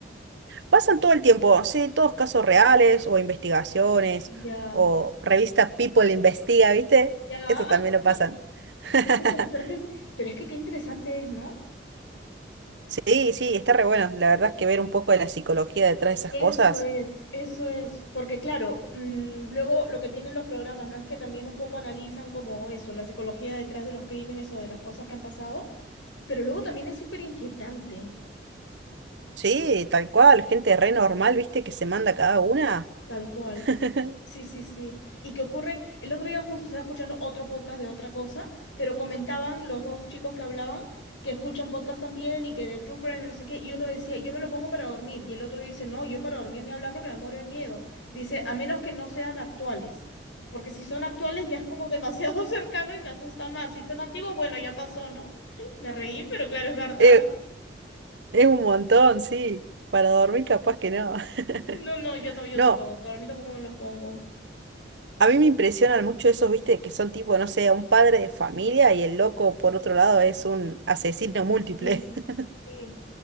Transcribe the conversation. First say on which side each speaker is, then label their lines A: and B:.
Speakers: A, on the right; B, on the left.
A: Pasan todo el tiempo, sí, todos casos reales o investigaciones
B: Ya,
A: o revista People Investiga, ¿viste?
B: ya.
A: Eso también lo
B: <laughs>
A: pasan. <laughs>
B: Escúchame, pero es que, es- pero es que qué interesante es, ¿no?
A: Sí, sí, está re bueno. La verdad es que ver un poco de la psicología detrás de esas
B: Eso
A: cosas.
B: es, eso es, porque claro, mm, luego lo que tienen los programas, ¿no? Es que también un poco analizan como eso, la psicología detrás de los crímenes o de las cosas que han pasado, pero luego también es súper inquietante.
A: Sí, tal cual, gente re normal, ¿viste? Que se manda cada una.
B: Tal cual.
A: <laughs>
B: Sí, sí, sí. Y que ocurren, el otro día justo estaba escuchando otro podcast de otra cosa, pero comentaban los dos chicos que hablaban que escuchan podcast también y que de True Crime y no sé qué, y uno decía, yo me lo pongo para dormir, y el otro dice, no, yo para dormir ni hablar porque me muero de miedo. Dice, a menos que no sean actuales, porque si son actuales ya es como demasiado <laughs> cercano y me asusta más. Si son antiguos, bueno, ya pasó, ¿no? <laughs> Me reí, pero claro, es verdad.
A: Eh,
B: <laughs>
A: es un montón, sí. Para dormir capaz que no. <laughs>
B: No, no, yo, ta- yo
A: No,
B: tampoco, para mí tampoco me los pongo.
A: a mí me impresionan mucho esos, viste, que son tipo, no sé, un padre de familia y el loco por otro lado es un asesino múltiple.
B: Sí,
A: <laughs>
B: sí.